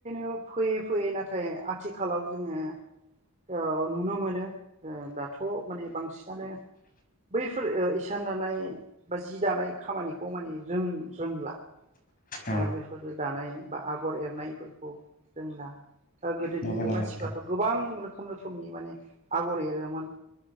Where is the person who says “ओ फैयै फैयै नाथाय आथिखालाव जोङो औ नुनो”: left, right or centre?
Right